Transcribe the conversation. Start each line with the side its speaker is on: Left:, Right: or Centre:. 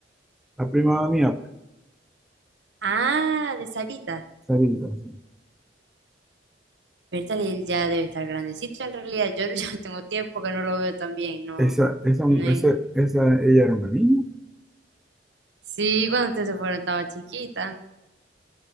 Centre: la prima mía, pues,
Right: Ah, de Sarita.
Centre: Sarita. sí.
Right: Bertal él ya debe estar grandecito en realidad. Yo <laughs> ya tengo tiempo que no lo veo tan bien, no,
Centre: Esa, esa, mu-
Right: no es.
Centre: esa, esa, ella era una niña.
Right: Sí, cuando ustedes se fueron estaba chiquita.